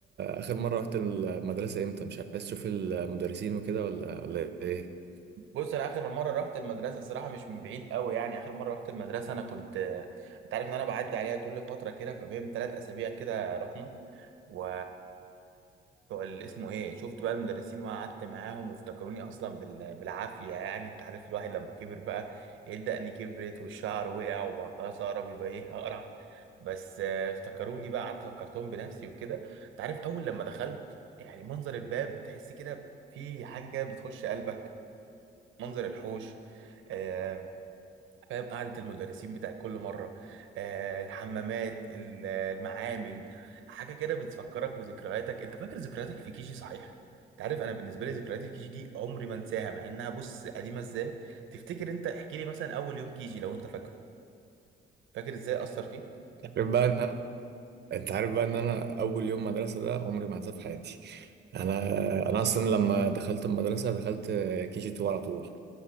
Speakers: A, on the right; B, on the right.
A: اخر مره رحت المدرسه امتى مش عايز تشوف المدرسين وكده ولا ولا ايه
B: بص انا اخر مره رحت المدرسه الصراحه مش من بعيد قوي يعني اخر مره رحت المدرسه انا كنت انت عارف ان انا بعدي عليها كل فتره كده فبين ثلاث اسابيع كده رحنا و بتوع ال- اسمه ايه شفت بقى المدرسين وقعدت معاهم وافتكروني اصلا بال... بالعافيه يعني انت عارف الواحد لما كبر بقى إيه، الدقن كبرت والشعر وقع وبقى خلاص اقرب يبقى ايه <laughs> اقرع بس آه، افتكروني بقى قعدت فكرتهم بنفسي وكده انت عارف اول لما دخلت يعني منظر الباب تحس كده في حاجه كده بتخش قلبك منظر الحوش آه، فاهم قعدة المدرسين بتاع كل مرة آه، الحمامات ال- المعامل حاجة كده بتفكرك بذكرياتك انت فاكر ذكرياتك في كيجي صحيح انت عارف انا بالنسبة لي ذكرياتي في كيجي دي عمري ما انساها مع انها بص قديمة ازاي تفتكر انت احكي لي مثلا اول يوم كيجي لو انت فاكره فاكر ازاي اثر فيك
A: عارف بقى ان انت عارف بقى ان انا اول يوم مدرسه ده عمري ما هنساه في حياتي انا انا اصلا لما دخلت المدرسه دخلت كي جي 2 على طول